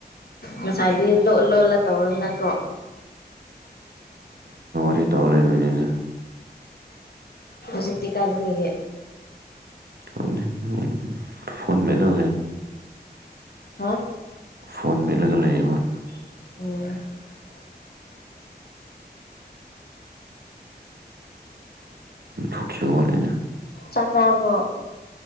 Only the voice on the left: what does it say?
ꯃꯁꯥꯏꯗꯤ ꯂꯣꯂꯂ ꯇꯧꯅꯀꯣ
ꯍꯧꯖꯤꯛꯇꯤ ꯀꯥꯟꯗ ꯂꯩꯒꯦ
ꯍꯥ
ꯑꯣ
ꯆꯥꯛꯀꯔꯕ